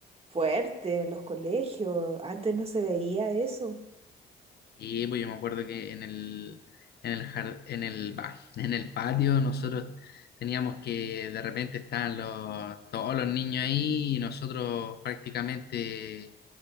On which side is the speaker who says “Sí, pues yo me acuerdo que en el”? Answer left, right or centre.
Left